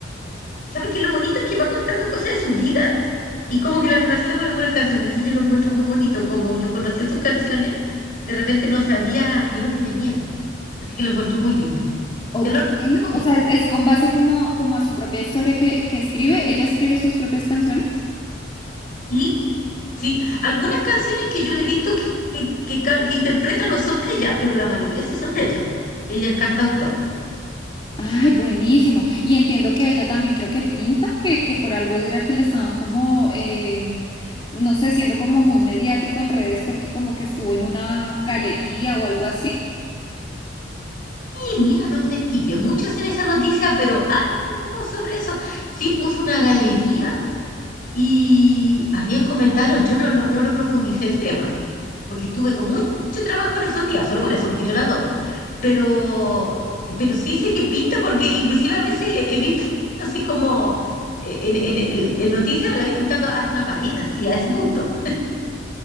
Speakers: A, on the left; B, on the left.
A: ¿Sabes qué? Lo bonito es que va contando cosas de su vida y como que las relaciona con algunas canciones. Eso yo lo encuentro muy bonito. Como yo conocía sus canciones, de repente no sabía de dónde venían. Así que lo encontré muy lindo.
B: Ok,
A: Te lo recomiendo.
B: o sea, es, es con base como, como a su propia historia que, que escribe, ella escribe sus propias canciones.
A: Sí, sí. Algunas canciones que yo le he visto que, que, que ca- que interpreta no son de ella, pero la mayoría sí son de ella. Ella es cantautor.
B: Ay, buenísimo. Y entiendo que ella también creo que pinta, que, que por algo era que le estaban como, em, no sé, siendo como muy mediático en redes porque como que estuvo en una galería o algo así.
A: Y mira, no investigué mucho en esa noticia, pero algo hubo sobre eso. Sí puso una galería y habían comentarios. Yo no lo, no lo profundicé el tema porque estuve con mucho trabajo en esos días, solo por eso, porque yo la adoro. Pero, pero sí sé que pinta porque inclusive a veces he visto así como eh, en, en, el en noticias, la he visto pintando hasta una pared, así, a ese punto.